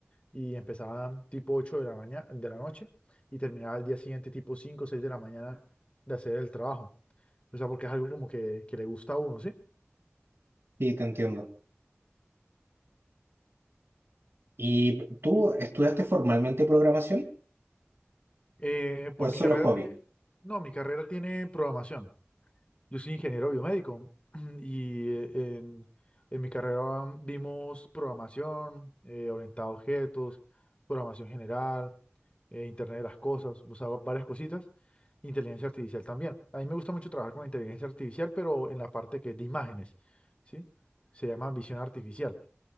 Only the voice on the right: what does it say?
Sí, te entiendo. ¿Y tú estudiaste formalmente programación
o
es
solo
hobby?